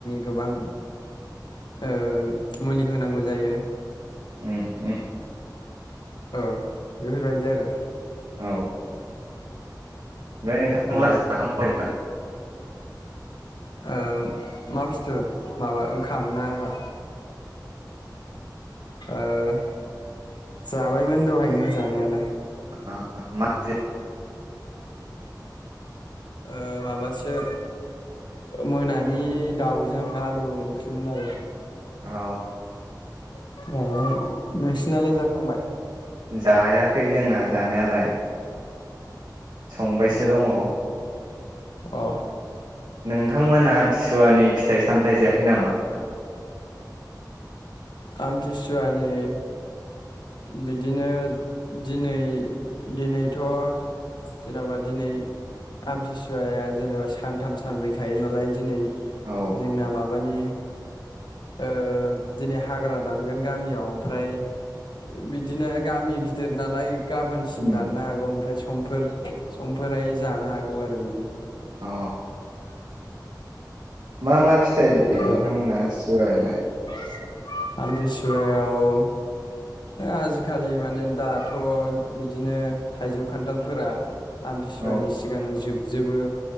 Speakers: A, on the left (about 80°); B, on the right (about 65°).
A: गोबां ओ-मुलि होनांगौ जायो।
B: उम उम
A: औ बेफोर बायदि आरो।
B: औ ओमफ्राय नोंथां
A: ओ
B: <inaudible>
A: ओ- मा बुसथु माबा ओंखाम ना मा? ओ- जाबायमोन दहायनो जानायालाय।
B: ओ माथो
A: ओ माबासो ओ मोनानि दावजों आलु ओंख्रिमोन आरो
B: अ
A: <unintelligible> नोंसिनालाय जाखांबाय?
B: जायाखै जोंना जानायालाय। संबायसो
A: ओ
B: दङ।
A: अ
B: नोंथांमोना आमथिसुवानि फिथाय सामथाय जायाखै नामा?
A: आमथिसुवानि बिदिनो दिनै दिनैथ' जेनोबा दिनै आमथिसुवाया जेनेबा सानथाम सानब्रै थायो नालाय दिनै
B: औ
A: जोंना माब माबानि ओ दिनै हा हाग्रा दानगोन गामियाव ओमफ्राय बिदिनो गामि गिदिर नालाय। गाबोनसिम
B: उम
A: दाननो हागौ ओमफ्राय इस्क समफोर समफोरहाय जानो हागौ आरो बिदि।
B: अ मा मा फिथाइ जायो नोंथांमोना
A: औ
B: आमथिसुयावलाय?
A: <unintelligible> आमथिसुवायाव ओ आजिखालि माने दाथ' बिदिनो थाइजौ खानथालफोरा आमथिसुवानि
B: औ
A: सिगां जोबजोबो